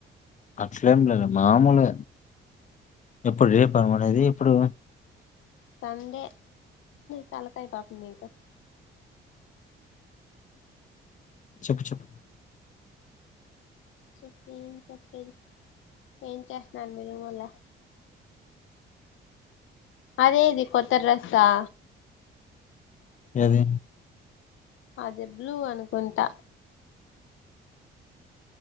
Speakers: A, on the left (about 40°); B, on the left (about 80°).
A: అట్లేం లేదు మామూలు ఎప్పుడు రేప అనేది ఇప్పుడు
B: సండే డుసాలకాయ బాపు మీకు <unintelligible>
A: చెప్పు చెప్పు
B: చెప్పిం చెప్పేది ఏం చేస్తున్నారు మీరు మళ్ళా అదే ఇది కొత్త డ్రెస్ ఆ
A: ఎది
B: అదే బ్లూ అనుకుంటా